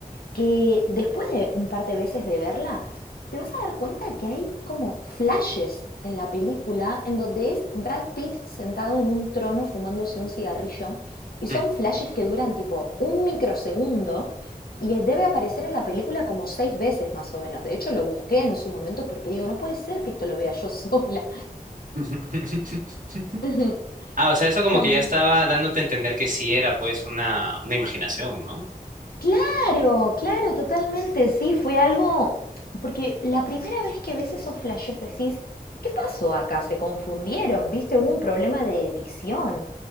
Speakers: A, on the left; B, on the right.
A: que después de un par de veces de verla, te vas a dar cuenta que hay como flashes en la película en donde es Brad Pitt sentado en un trono fumándose un cigarrillo y son
B: mm.
A: flashes que duran tipo un microsegundo y debe aparecer en la película como seis veces más o menos. De hecho, lo busqué en su momento porque digo, no puede ser que esto lo vea yo sola.
B: <laughs>
A: <laughs>
B: Ah, o sea,
A: Está
B: eso como que
A: muy
B: ya estaba dándote a entender que sí era, pues, una, una imaginación, ¿no?
A: Claro, claro, totalmente, sí, fue algo, porque la primera vez que ves esos flashes decís, ¿qué pasó acá? Se confundieron, viste, hubo un problema de edición,